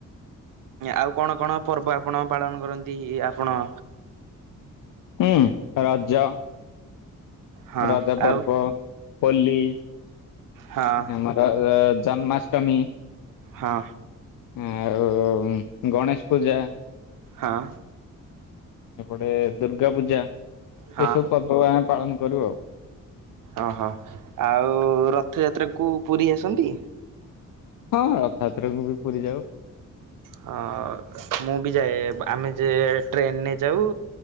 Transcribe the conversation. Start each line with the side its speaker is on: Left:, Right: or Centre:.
Right: ଆଉ କଣ କଣ ପର୍ବ ଆପଣ ପାଳନ କରନ୍ତି ଆପଣ।
Left: ହୁଁ ରାଜ।
Right: ହଁ
Left: ରଜା ପର୍ବ
Right: ଆଉ
Left: ହୋଲି
Right: ହଁ
Left: ଆମର। <unintelligible> ଜନ୍ମାଷ୍ଟମୀ।
Right: ହଁ।
Left: ହୁଁ ଆଉଉଉ ହୁଁ ଗଣେଶ ପୂଜା।
Right: ହଁ।
Left: ଏପଟେ ଦୁର୍ଗା ପୂଜା ଏଇସବୁ
Right: ହଁ
Left: ପର୍ବ ଆ ପାଳନ କରୁ ଆଉ।
Right: ଅ ହ ଆଉ ରଥଯାତ୍ରାକୁ ପୁରୀ ଆସନ୍ତି।
Left: ହଁ ରଥଯାତ୍ରକୁ ବି ପୁରୀ ଯାଉ।
Right: ହ ମୁଁ ବି ଯାଏ ଆମେ ଯେ ଟ୍ରେନେ ଯାଉ